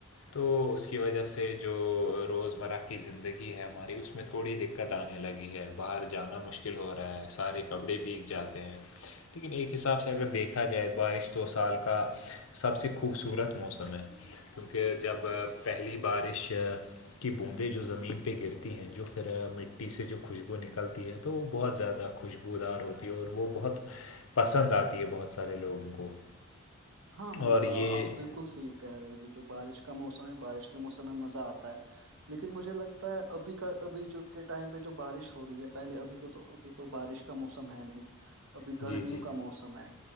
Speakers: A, on the left; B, on the right.
A: تو اس کی وجہ سے جو روزمرہ کی زندگی ہے ہماری اس میں تھو تھوڑی دقت آنے لگی ہے باہر جانا مشکل ہو رہا ہے سارے کپڑے بیگ جاتے ہیں لیکن ایک حساب سے اگر دیکھا جائے بارش تو سال کا سب سے خوبصورت موسم ہے کیونکہ جب پہلی بارش کی بوندیں جو زمین پہ گرتی ہیں جو پھر مٹی سے جو خوشبو نکلتی ہے تو وہ بہت زیادہ خوشبودار ہوتی ہے اور وہ بہت پسند آتی ہے بہت سارے لوگوں کو
B: ہاں مجھ
A: اور یہ
B: آپ بالکل صحیح کہہ رہے ہو کہ جو بارش کا موسم ہے بارش کے موسم میں مزہ آتا ہے لیکن مجھے لگتا ہے ابھی کا ابھی کے ٹائم پہ جو بارش ہو رہی ہے پہلے ابھی کو تو ابھی تو بارش کا موسم ہے نہیں ابھی
A: جی
B: گرمیوں
A: جی
B: کا موسم ہے